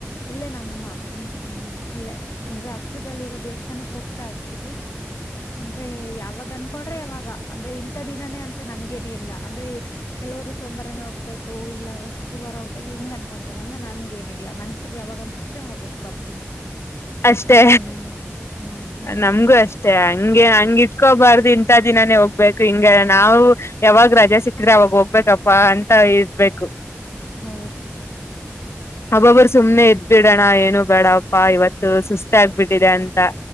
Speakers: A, on the left; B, on the left.
A: ಇಲ್ಲೇ ನಮ್ಮ ಹ್ಮ್ ಹ್ಮ್ ಇಲ್ಲೇ ಅಂದ್ರೆ ಹತ್ರದಲ್ಲಿ ಇರೋ ದೇವಸ್ಥಾನಕ್ಕೆ ಹೋಗ್ತಾ ಇರ್ತೀವಿ ಅಂದ್ರೆ ಯಾವಾಗ್ ಅನ್ಕೊಂಡ್ರೆ ಯಾವಾಗ ಅಂದ್ರೆ ಇಂತ ದಿನಾನೇ ಅಂತ ನಂಗಗೆೇನ್ ಇಲ್ಲ ಅಂದ್ರೆ ಕೆಲವರು ಸೋಮವಾರನೇ ಹೋಗ್ಬೇಕು ಹ ಇಲ್ಲ ಶುಕ್ರವಾರ ಹೋಗ್ಬೇಕ ಹಿಂಗ ಅನ್ಕೊಂತಾರಲ್ಲ ನನ್ಗ ಏನಿಲ್ಲ ಮನ್ಸಿಗೆ ಅವಾಗ ಅನ್ಸಿದ್ರೆ ಅವಾಗ ಹೋಗ್ ಬರ್ತೀನಿ
B: ಅಷ್ಟೇ
A: ಇಂಥ ದಿನ ಹ್ಮ್ ಹೌದು
B: ನಮ್ಗೂ ಅಷ್ಟೇ ಹಂಗೆ ಹಂಗ್ ಇಟ್ಕೋಬಾರ್ದು ಇಂಥ ದಿನಾನೇ ಹೋಗ್ಬೇಕು ಹಿಂಗ ನಾವು ಯಾವಾಗ ರಜಾ ಸಿಕದ್ರೆ ಅವಾಗ ಹೋಗ್ಬೇಕ್ ಪ್ಪಾ ಅಂತ ಇರ್ಬೇಕು
A: ಹೌದು
B: ಒಬ್ಬೊಬ್ಬರು ಸುಮನೆ ಇದದ್ಬಿಡಣ ಏನು ಬೇಡಪ್ಪಾ ಇವತ್ತು ಸುಸ್ತ್ ಆಗ್ಬಿಟ್ಟಿದೆ ಅಂತ